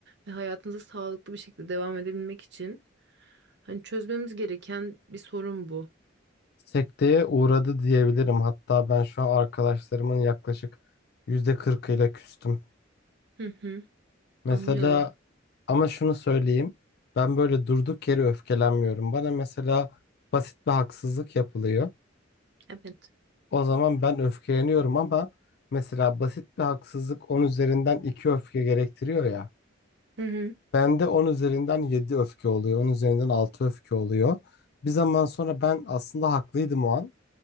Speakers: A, on the right (about 60°); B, on the left (about 55°).
A: ve hayatınıza sağlıklı bir şekilde devam edebilmek için hani çözmemiz gereken bir sorun bu.
B: Sekteye uğradı diyebilirim. Hatta ben şu an arkadaşlarımın yaklaşık yüzde kırkıyla küstüm.
A: Hı hı,
B: Mesela
A: anlıyorum.
B: ama şunu söyleyeyim. Ben böyle durduk yere öfkelenmiyorum. Bana mesela basit bir haksızlık yapılıyor.
A: Evet.
B: O zaman ben öfkeleniyorum ama mesela basit bir haksızlık 10 üzerinden 2 öfke gerektiriyor ya.
A: Hı hı,
B: Bende 10 üzerinden 7 öfke oluyor. on üzerinden 6 öfke oluyor. Bir zaman sonra ben aslında haklıydım o an